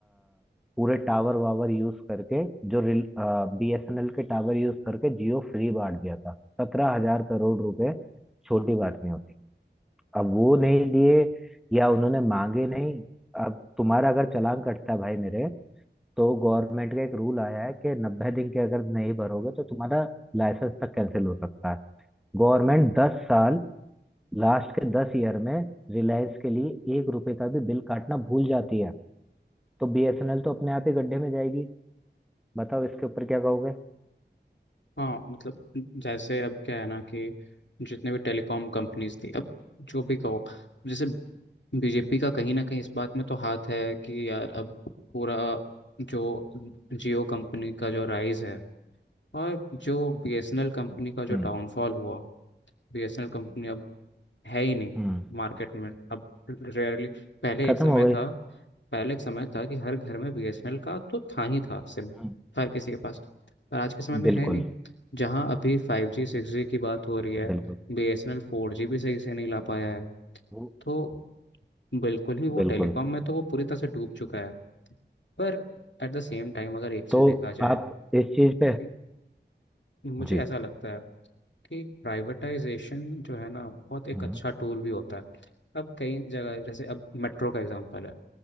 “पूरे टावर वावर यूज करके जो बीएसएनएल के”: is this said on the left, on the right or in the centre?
Centre